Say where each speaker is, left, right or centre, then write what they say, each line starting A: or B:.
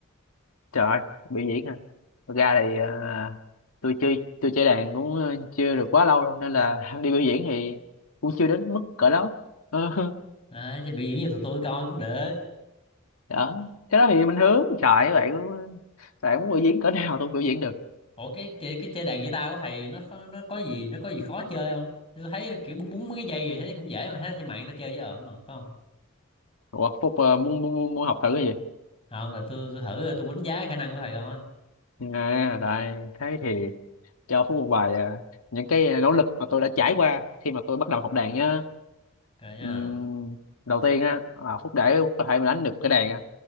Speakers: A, on the left; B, on the left.
A: trời biểu diễn ha Thật ra thì à, tôi chơi tôi chơi đàn cũng ờ, chưa được quá lâu đâu nên là <laughs> đi biểu diễn thì cũng chưa đến mức cỡ đó Ờ,
B: Đấy, chứ biểu diễn cho tụi tôi coi cũng được.
A: <laughs> đó cái đó thì bình thường trời bạn bạn muốn biểu diễn cỡ nào tôi cũng biểu diễn được
B: Ủa cái chơi cái chơi đàn guitar của thầy nó khó- nó có gì nó có gì khó chơi không? Tôi thấy ờ, kiểu búng búng mấy cái dây thì thấy cũng dễ mà thấy trên mạng người ta chơi với ổn mà, phải không?
A: Ủa Phúc ờ, muốn, muốn, muốn muốn học thử cái gì
B: Không là tôi tôi thử ờ, tôi đánh giá khả năng của thầy thôi.
A: à, đây thế thì cho Phú một vài à, những cái nỗ lực mà tôi đã trải qua khi mà tôi bắt đầu học đàn nhá
B: Rồi nha.
A: Ừm, đầu tiên á à, Phúc để có thể mà đánh được cái đàn á